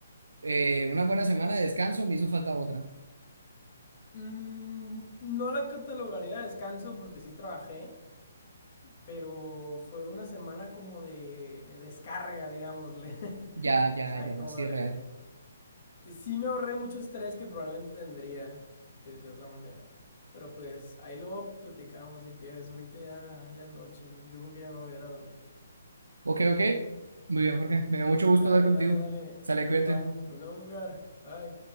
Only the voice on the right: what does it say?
eh, una buena semana de descanso, me hizo falta otra.
Ya, ya,
ya,
sí,
real.
Ok, ok. Muy bien, Jorge. Me dio mucho gusto
hablar contigo.
Sale,
cuídate.